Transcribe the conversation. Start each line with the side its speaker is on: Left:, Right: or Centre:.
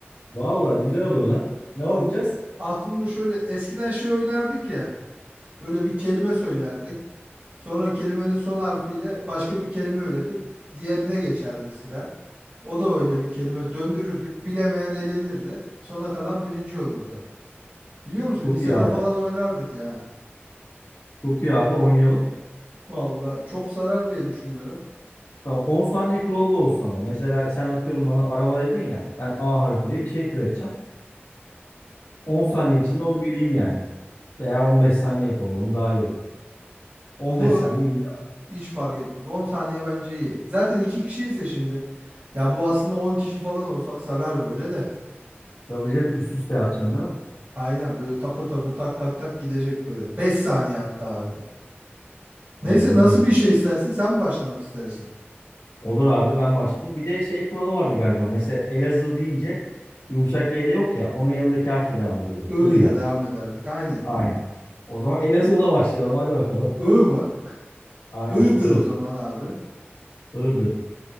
Left: Valla güzel olur lan. Ne
Right: Vallahi
Left: oynayacağız?
Right: aklımda şöyle eskiden şey oynardık ya. Böyle bir kelime söylerdik. Sonra kelimenin son harfiyle başka bir kelime üretip diğerine geçerdi sıra. O da öyle bir kelime döndürürdük. Bilemeyen elenirdi. Sona kalan birinci olurdu. Biliyor musun
Left: Çok
Right: lisede
Left: iyi abi.
Right: falan oynardık ya.
Left: Çok iyi abi oynayalım.
Right: Valla çok sarar diye düşünüyorum.
Left: Tamam 10 saniye kuralı da olsun ama. Mesela sen atıyorum bana araba dedin ya. Ben A harfiyle bir şey türeteceğim. 10 saniye
Right: O,
Left: içinde onu bileyim yani. Veya 15 saniye yapalım onu daha iyi olur. 15
Right: olur.
Left: saniye iyi yap.
Right: Hiç fark etmez. 10 saniye bence iyi. Zaten iki kişiyiz ya şimdi. Ya bu aslında 10 kişi falan olsak sarar böyle de.
Left: Tabii canım üst üste yapacaksın değil mi?
Right: Aynen böyle takır takır tak tak tak gidecek böyle. 5 saniye hatta arada. Neyse
Left: Aynen öyle.
Right: nasıl bir şey istersin? Sen mi başlamak istersin?
Left: Olur abi ben başlayayım. Bir de şey kuralı vardı galiba. Mesela Elazığ deyince yumuşak G'de yok ya. Onun yanındaki harfe devam ediyorduk.
Right: I ile
Left: I'yla.
Right: devam ederdik. Aynen.
Left: Aynen. O zaman Elazığ'da başlayalım. Hadi bakalım.
Right: I mı?
Left: <laughs> Aynen.
Right: I'dır
Left: I.
Right: o zaman abi.
Left: I'dır.